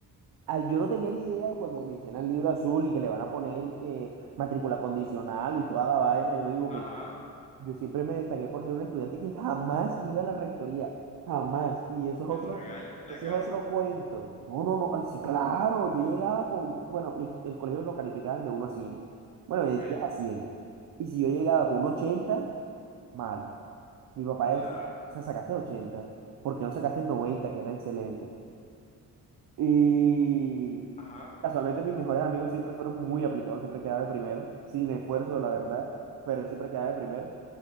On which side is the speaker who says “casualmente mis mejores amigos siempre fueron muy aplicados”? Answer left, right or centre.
Right